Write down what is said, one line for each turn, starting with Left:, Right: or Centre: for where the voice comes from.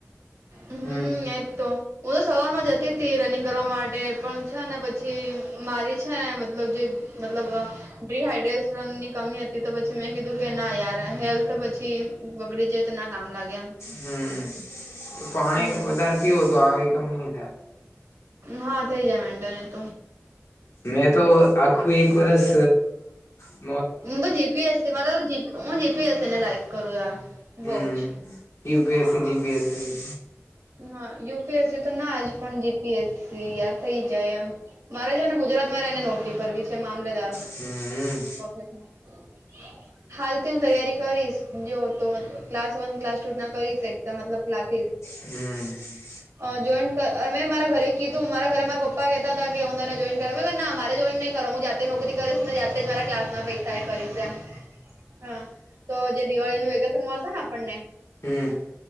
Right: હમમ
Left: હમ
Right: એ તો હું તો સવારમાં જતી તી રનિંગ કરવા માટે પણ છે ને પછી મારી છે ને મતલબ જે મતલબ ડિહાઈડ્રેશનની કમી હતી તો પછી મેં કીધું કે ના યાર હેલ્થ પછી બગડી જ તો ના કામ લાગે એમ
Left: હમમ તો પાણી
Right: હમ
Left: વધારે પીવો તો આવી કમી નહી થાય.
Right: હા થઇ જાય વાંધો નથ.
Left: મેં તો આખું એક વરષ અ
Right: હું તો જીપીએસી મારા તો હું જીપીએસી ને લાઈક કરું બઉ
Left: હમ
Right: જ.
Left: યુપીએસસી, જીપીએસસી
Right: હા યુપીએસસી તો ના જ પણ જીપીએસસી યાર થઇ જાય એમ. મારે છે ને ગુજરાત માં રહીને નોકરી કરવી છે મામલેદાર
Left: હમ
Right: ઓફીસ <inaudible> હાલથી હું તૈયારી કરીશ જો તો મત ક્લાસ વન ક્લાસ ટુ ના કરીશ એકઝામ મતલબ ક્લાસીસ
Left: હમમ.
Right: અ જોઈન મેં મારા ઘરે કીધું મારા ઘરે મારા પપ્પા કહેતા હતા કે હું તને જોઈન કરવું ના મારે જ જોઈન નય કરવું હું જાતે નોકરી કરીશ ને જાતે જ મારા ક્લાસ ના પૈસા ટાય કરીસ એમ હા તો જે દિવાળી નું વેકેશન મળશે ને આપણને
Left: હમમ.